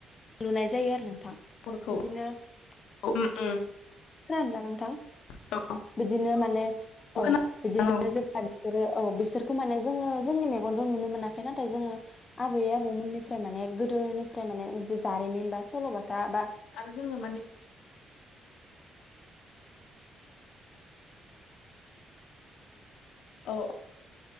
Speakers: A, on the left (about 35°); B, on the left (about 80°).
A: लुनाय जायो आरो नोंथां।
B: खरखौ
A: बिदिनो खोनादोंना
B: औ औ
A: नोंथां।
B: <unintelligible>
A: बिदिनो माने औ'
B: खोनादों
A: बिदिनो जेब्ला बिसोरो औ बिसोरखौ माने जोङो जोंनि मेगनजों नुनो मोनाखै नाथाय जोङो आबै आबौमोननिफ्राय माने गोदोनिफ्राय माने जारिमिन बा सल'बाथा
B: औ औ
A: बा'
B: आरो जोङो माने औ 'औ'